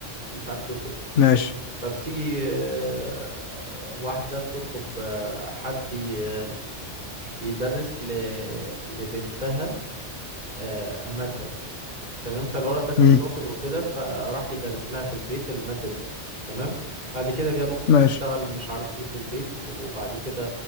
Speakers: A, on the right; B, on the left.
A: ومش عارف ايه وكده
B: ماشي
A: فبتيجي آه، واحدة بتطلب آه، حد ي- يدرس ل- لبنتها آه، مادة تمام فالولد ده كان
B: مم.
A: شاطر وكده فراح يدرس لها في البيت المادة دي تمام بعد كده جاب اخته
B: ماشي
A: تشتغل مش عارف ايه في البيت وبعد كده